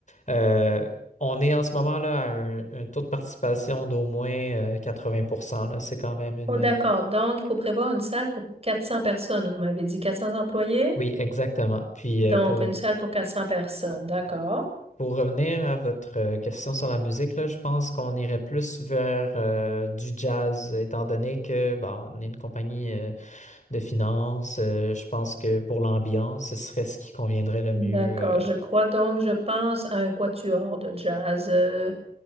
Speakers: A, on the left (about 50°); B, on the right (about 40°).
A: Euh, on est en ce moment là à un, un taux de participation d'au moins euh, 80%, là. C'est quand même une...
B: Oh, d'accord. Donc, il faut prévoir une salle pour 400 personnes. Vous m'avez dit 400 employés.
A: Oui, exactement. Puis
B: Donc,
A: euh, pour,
B: une salle pour 400 personnes. D'accord.
A: pour revenir à votre euh, question sur la musique, là, je pense qu'on irait plus vers euh, du jazz, étant donné que bon, on est une compagnie euh, de finances. Euh, je pense que pour l'ambiance, ce serait ce qui conviendrait le
B: D'accord.
A: mieux euh,
B: Je crois donc, je pense à un quatuor de jazz. euh,